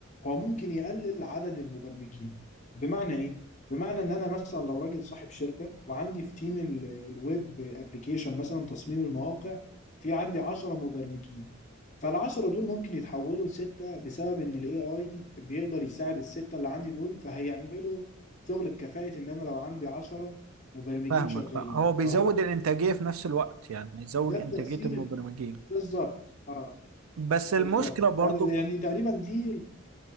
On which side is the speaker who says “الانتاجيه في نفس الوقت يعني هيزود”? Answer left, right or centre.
Right